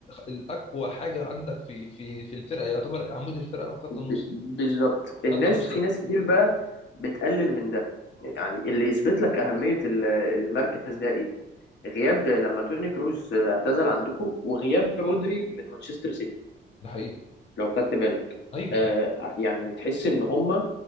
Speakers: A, on the left; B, on the left.
A: الاقوى حاجه عندك في في في الفرقه يعتبر عمود الفرقه وخط
B: ب-
A: النص
B: بالظبط الناس
A: خط النص
B: في
A: ال-
B: ناس كتير بقى بتقلل من ده يعني اللي يثبت لك اهميه ال- المركز ده ايه غياب لما توني كروس آه، اعتزل عندكم وغياب رودري من مانشستر سيتي
A: ده حقيقه
B: لو خدت بالك
A: ايوه
B: آه
A: أيوة،
B: يعني تحس ان هما